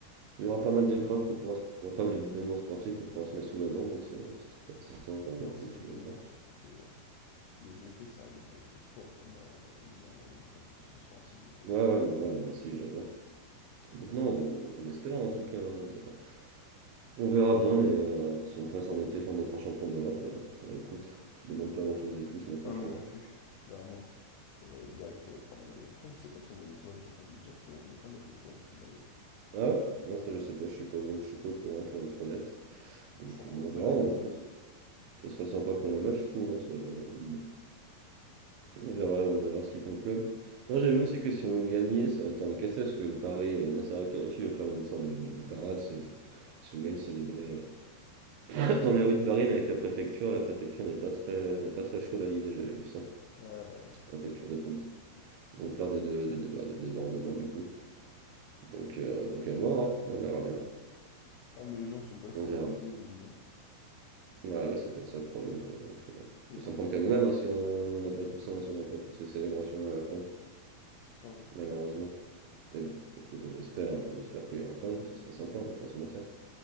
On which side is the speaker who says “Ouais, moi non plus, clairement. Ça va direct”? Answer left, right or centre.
Left